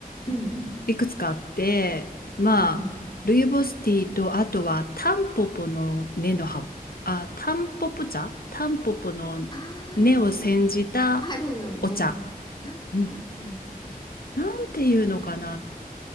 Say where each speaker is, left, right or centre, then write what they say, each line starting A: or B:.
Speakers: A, on the left; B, on the left.
A: うん
B: いくつかあって、まあ、
A: うんうん
B: ルイボスティーとあとはタンポポの根の葉、あ、タンポポ茶タンポポの
A: あ
B: 根を煎じたお茶。
A: ーあるよねなん、
B: うん。
A: なんて言うんだっけなんて
B: なんていうのかな。
A: 言うんだろうな